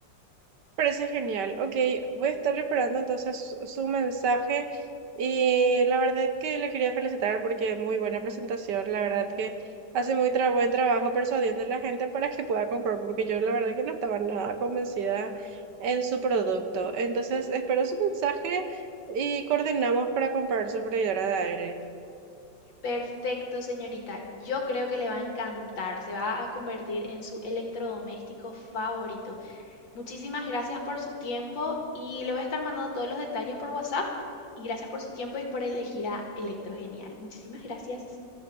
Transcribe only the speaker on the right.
Parece genial. Ok, voy a estar preparando entonces su su mensaje y la verdad que le quería felicitar porque muy buena presentación. La verdad que hace muy tra- buen trabajo persuadiendo a la gente para que pueda comprar porque yo la verdad que no estaba nada convencida en su producto. Entonces espero su mensaje y coordinamos para comprar su freidora de aire.